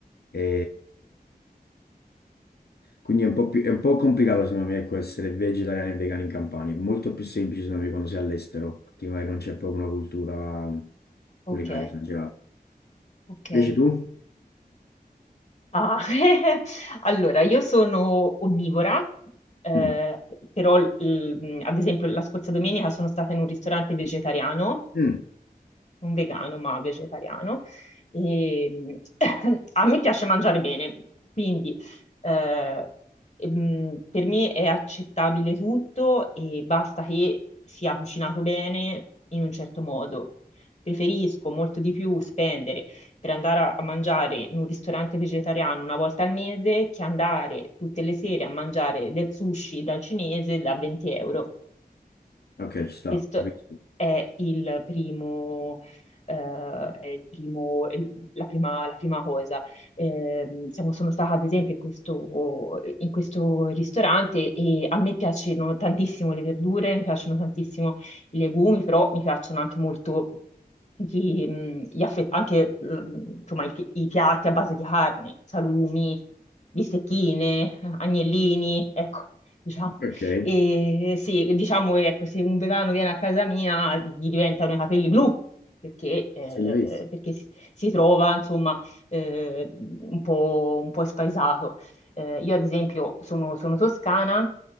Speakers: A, on the left; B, on the left.
A: e Quindi è un po' più- è un po' complicato secondo me ecco, essere vegetariani e vegani in Campania, è molto più semplice secondo me quando sei all'estero, perché magari non c'è proprio una cultura culinaria,
B: Ok,
A: in generale.
B: ok.
A: Invece tu?
B: Ah, <laughs> Allora, io sono onnivora, eh,
A: Mm.
B: però l- l- ad esempio la scorsa domenica sono stata in un ristorante vegetariano
A: Mm.
B: un vegano ma vegetariano. E, <coughs> <clears throat> mm, a me piace mangiare bene, quindi eh, mm, per me è accettabile tutto e basta che sia cucinato bene in un certo modo. Preferisco molto di più spendere per andare a, a mangiare in un ristorante vegetariano una volta al mese che andare tutte le sere a mangiare del sushi dal cinese da 20 euro.
A: Ok, ci sta,
B: Questo
A: capisco.
B: è il primo, eh, è il primo- il- la prima, la prima cosa. Ehm, siamo- sono stata ad esempio in questo, in questo ristorante e a me piacciono tantissimo le verdure, mi piacciono tantissimo i legumi, però mi piacciono anche molto gli, mh, gli affe- anche, mh, insomma, i, pi- i piatti a base di carni, salumi, bistecchine, agnellini, ecco, diciamo.
A: Ok,
B: E sì, diciamo che ecco, se un vegano viene a casa mia gli diventano i capelli blu perché, eh,
A: se li avessi.
B: perché si, si trova insomma eh, un po', un po' spaesato. Eh, io ad esempio sono, sono toscana